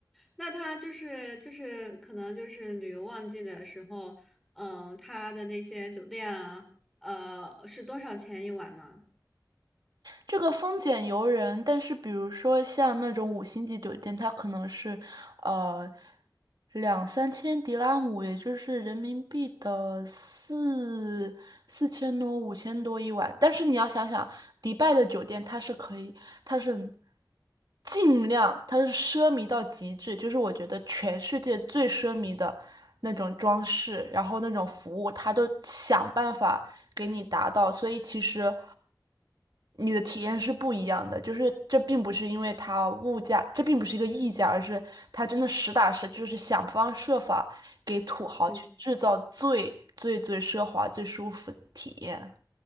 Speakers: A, in the centre; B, on the right.
A: 那他就是就是可能就是旅游旺季的时候，嗯，他的那些酒店啊，呃，是多少钱一晚呢？
B: 这个风险由人，但是比如说像那种五星级酒店，它可能是呃两三千迪拉姆，也就是人民币的四四千多、五千多一晚。但是你要想想，迪拜的酒店它是可以，它是尽量，它是奢靡到极致，就是我觉得全世界最奢靡的那种装饰，然后那种服务，它都想办法给你达到。所以其实。你的体验是不一样的，就是这并不是因为它物价，这并不是一个溢价，而是它真的实打实就是想方设法给土豪去制造最最最奢华、
A: 嗯。
B: 最舒服的体验。